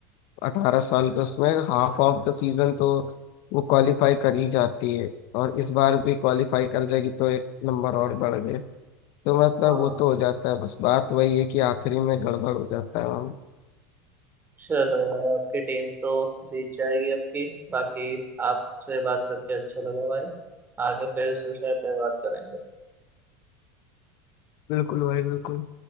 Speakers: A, on the left; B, on the right.
A: अठारह साल के उसमें हाफ ऑफ द सीजन तो वो क्वालिफाई कर ही जाती है और इस बार भी क्वालिफाई कर जाएगी तो एक नंबर और बढ़ गए तो मतलब
B: हाँ
A: वो तो हो जाता है बस बात वही है कि आखिरी में गड़बड़ हो जाता है हम
B: चलो भाई आपकी टीम तो जीत जाएगी आपकी बाकी आपसे बात करके अच्छा लगा भाई आगे फिर इस विषय पे बात करेंगे
A: बिल्कुल भाई बिल्कुल